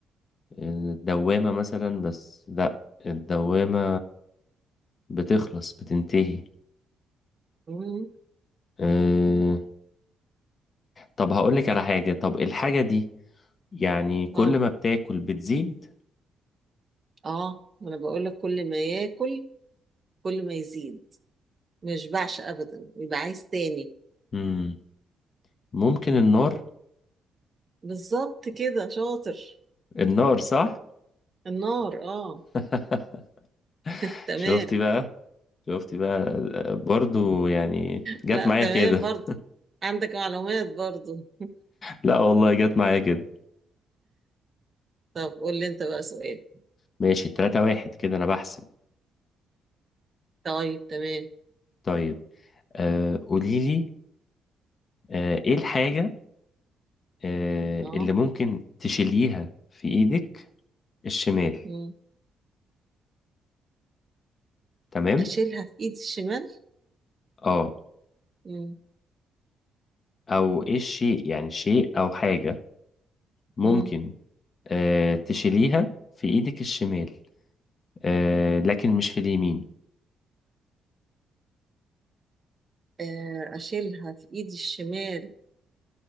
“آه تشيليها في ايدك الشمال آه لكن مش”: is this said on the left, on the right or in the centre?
Left